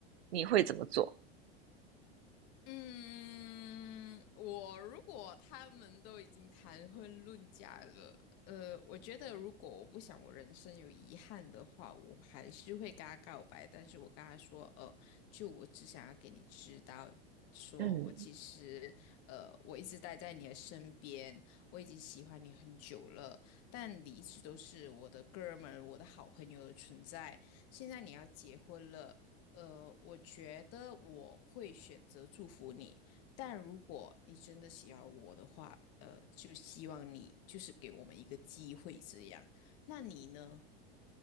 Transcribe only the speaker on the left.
嗯，我如果他们都已经谈婚论嫁了，呃，我觉得如果我不想我人生有遗憾的话，我还是会跟他告白，但是我跟他说，呃，就我只想要给你知道，说我其实，
呃，我一直待在你的身边，我已经喜欢你很久了，但你一直都是我的哥们儿我的好朋友的存在，现在你要结婚了。呃，我觉得我会选择祝福你，但如果你真的喜欢我的话，呃，就希望你就是给我们一个机会这样。那你呢？